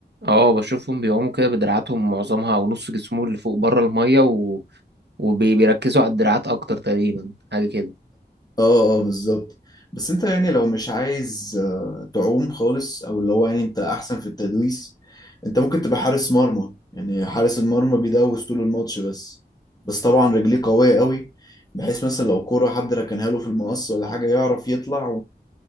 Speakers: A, on the right (about 75°); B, on the left (about 20°).
A: اه بشوفهم بيقوموا كده بدراعاتهم معظمها أو نص جسمهم اللي فوق بره المية و... وبيركزوا على الدراعات أكتر تقريبا حاجة كده
B: اه اه بالظبط بس انت يعني لو مش عايز آه، تعوم خالص او اللي هو يعني انت احسن في التدويس انت ممكن تبقى حارس مرمى يعني حارس المرمى بيدوس طول الماتش بس بس طبعا رجليه قوية قوي بحيث مثلا لو كرة حد ركنها له في المقص ولا حاجة يعرف يطلع